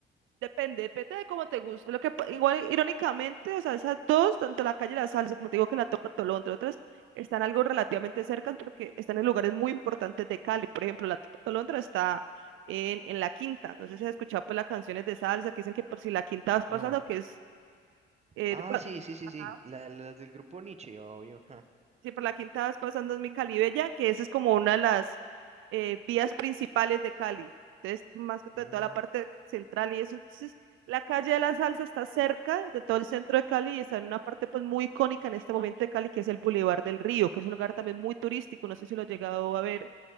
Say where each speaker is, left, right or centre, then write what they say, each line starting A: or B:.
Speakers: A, on the right; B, on the right.
A: Depende, depende de cómo te guste. Lo que, pa- igual, irónicamente, o sea, esas dos, tanto la calle La Salsa, como te digo que la Topa Tolondra, otras están algo relativamente cerca porque están en lugares muy importantes de Cali. Por ejemplo, la Topa Tolondra está en, en La Quinta. No sé si has escuchado pues, las canciones de salsa que dicen que por si La Quinta vas pasando,
B: No.
A: que es... eh,
B: Ah,
A: cua-
B: sí, sí, sí,
A: Ajá.
B: sí. la- Las del grupo Nietzsche, obvio. ja.
A: Sí, por la quinta vas pasando en mi Calibella, que esa es como una de las eh, vías principales de Cali. Entonces, más que todo,
B: Mm.
A: toda la parte central y eso. Entonces, la calle de la Salsa está cerca de todo el centro de Cali y está en una parte pues muy icónica en este momento de Cali, que es el Boulevard del Río, que es un lugar también muy turístico. No sé si lo he llegado a ver.